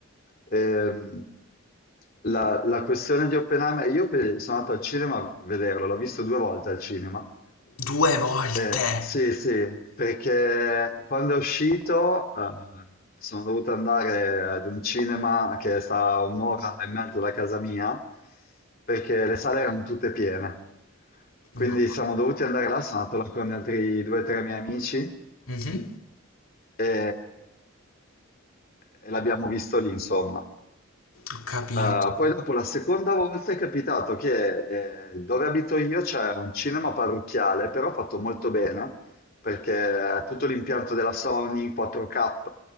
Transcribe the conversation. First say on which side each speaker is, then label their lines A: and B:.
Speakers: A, on the left; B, on the left.
A: ehm, la, la questione di Oppenheimer, io pe- sono andato al cinema a vederlo, l'ho visto due volte al cinema.
B: Due volte!
A: Eh, sì, sì, perché quando è uscito eh, sono dovuto andare ad un cinema che sta a un'ora e mezzo da casa mia, perché le sale erano tutte piene. Quindi
B: No.
A: siamo dovuti andare là, sono andato là con altri due o tre miei amici
B: Mh-mh.
A: e, e l'abbiamo visto lì, insomma.
B: Ho capito.
A: Eh, poi dopo la seconda volta è capitato che eh, dove abito io c'è un cinema parrocchiale, però fatto molto bene, perché è tutto l'impianto della Sony, 4K,